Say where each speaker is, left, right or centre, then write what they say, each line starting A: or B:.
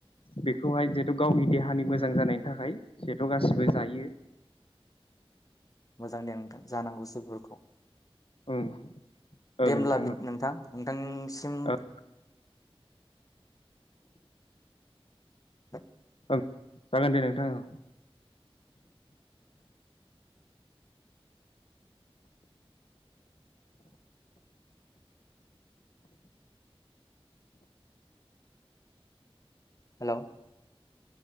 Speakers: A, on the left; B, on the left.
A: बेखौहाय जिहेतु गावनि देहानि मोजां जानायनि थाखाय जिहेथु गाैबो जायो।
B: मोजां दे नोंथां जानांगौ सोबोरखौ।
A: ओं ओं
B: दे होमब्ला
A: नोंथां
B: नोंथां नोंथां। सिम।
A: ओं
B: <inaudible>
A: ओं जागोन दे नोंथां अ।
B: हेलौ